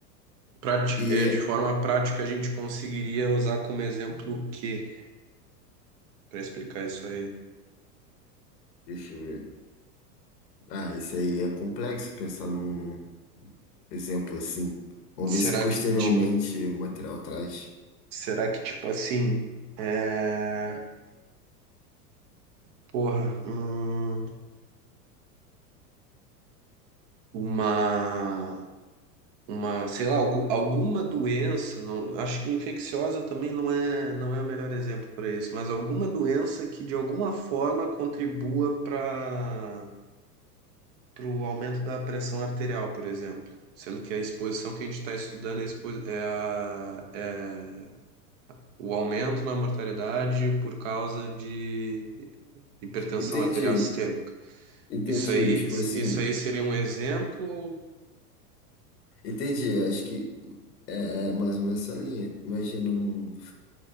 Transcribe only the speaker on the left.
E
é-
deixa eu ver. Ah, isso aí é complexo pensar num exemplo assim. Vamos
ver se posteriormente
o material traz.
Entendi,
entendi.
Tipo assim,
entendi. Acho que é, é mais ou menos essa linha. Imagina um,